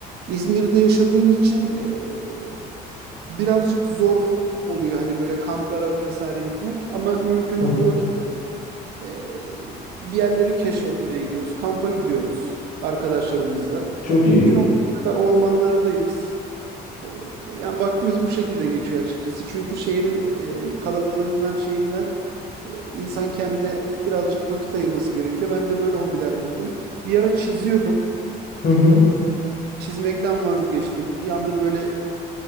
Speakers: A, on the right; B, on the left.
A: İzmir'de yaşadığım için e, e, birazcık zor oluyor hani böyle kamplara vesaire gitmek. Ama mümkün olduğu
B: hı hı.
A: vakitte e, bir yerleri keşfetmeye gidiyoruz. Kampa gidiyoruz arkadaşlarımızla.
B: Çok
A: Mümkün
B: iyi.
A: olduğu kadar ormanlardayız. E, Yani vaktimiz bu şekilde geçiyor açıkçası. Çünkü şehrin e, kalabalığından şeyinden e, insan kendine birazcık vakit ayırması gerekiyor. Ben de böyle hobiler buldum. Bir ara çiziyordum.
B: Hı hı.
A: Çizmekten vazgeçtim. Bir anda böyle